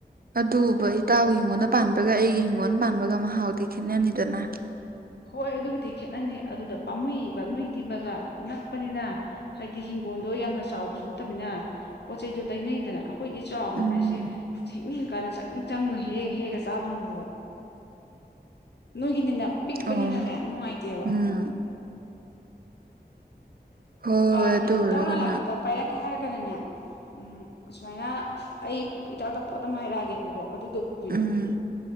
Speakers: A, on the right (about 60°); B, on the left (about 80°).
A: ꯑꯗꯨꯕꯣꯕ ꯏꯇꯥꯎꯒꯤ ꯍꯤꯡꯒꯣꯜꯗ ꯄꯥꯟꯕꯒ ꯑꯩꯒꯤ ꯍꯤꯡꯒꯣꯜꯗ ꯄꯥꯟꯕꯒ ꯃꯍꯥꯎꯗꯤ ꯈꯦꯠꯅꯅꯤꯗꯅ
B: ꯍꯣꯏ ꯑꯗꯨꯕꯨꯗꯤ ꯈꯦꯠꯅꯅꯤ ꯑꯗꯨꯗ ꯄꯥꯝꯃꯨꯏꯕ ꯅꯣꯏꯒꯤꯗꯤ ꯕꯖꯥꯔ ꯅꯛꯄꯅꯤꯅ ꯍꯥꯏꯗꯤ ꯍꯤꯡꯒꯣꯜꯗꯣ ꯌꯥꯝꯅ ꯆꯥꯎꯕꯁꯨ ꯅꯠꯇꯕꯅ ꯄꯣꯠ ꯆꯩꯗꯣ ꯂꯩꯅꯩꯗꯅ ꯑꯩꯈꯣꯏꯗꯤ ꯆꯥꯎꯕꯅꯦ
A: ꯎꯝ
B: ꯁꯦ ꯍꯦꯛꯅꯤꯡ ꯀꯥꯟꯗ ꯆꯪ ꯆꯪꯉꯥ ꯍꯦꯛ ꯍꯦꯛꯑꯒ ꯆꯥꯗꯣꯏꯅꯦꯕ ꯅꯣꯏꯒꯤꯅꯤꯅ ꯄꯤꯛꯄꯅꯤꯅꯅꯦ
A: ꯑꯣ
B: ꯅꯨꯡꯉꯥꯏꯇꯦꯕ
A: ꯎꯝ ꯍꯣꯏ
B: ꯑꯥ
A: ꯍꯣꯏ ꯑꯗꯨ
B: ꯏꯇꯥꯎꯅ
A: ꯑꯣꯏꯔꯒꯅ
B: ꯂꯥꯛꯄꯗ ꯄꯥꯏꯔꯛꯀꯦ ꯍꯥꯏꯔꯒꯅꯅꯦ ꯎꯝ ꯑꯁꯨꯃꯥꯏꯅ ꯑꯩ ꯏꯇꯥꯎꯗ ꯄꯣꯠ ꯑꯃ ꯍꯥꯏꯔꯛꯑꯒꯦꯕꯀꯣ ꯑꯗꯨꯗꯣ ꯄꯨꯕꯤꯔꯛꯑꯣ
A: ꯎꯝ